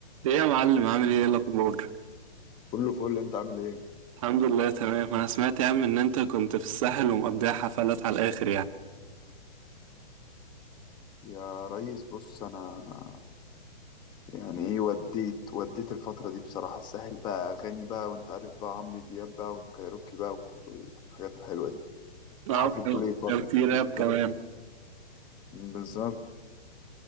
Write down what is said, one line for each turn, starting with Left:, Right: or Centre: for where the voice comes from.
Right: ايه يا معلم عامل ايه إيه الاخبار
Left: كله فل انت عامل ايه
Right: الحمد لله تمام انا سمعت يا عم ان انت كنت في الساحل ومقضيها حفلات على الاخر يعني
Left: يا ريس بص انا يعني ايه وديت وديت الفترة دي بصراحة الساحل بقى اغاني بقى وانت عارف بقى عمرو دياب بقى وكايروكي بقى والحاجات الحلوة دي وحفلة
Right: اه
Left: توليت برضه
Right: كان في راب كمان
Left: توليت بالظبط